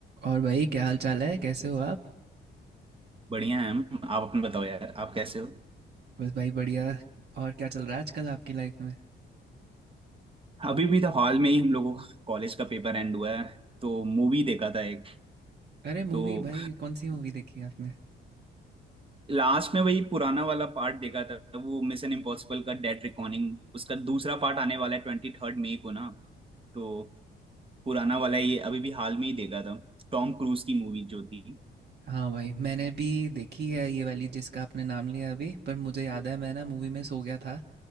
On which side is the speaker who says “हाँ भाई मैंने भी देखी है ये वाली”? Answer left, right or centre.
Right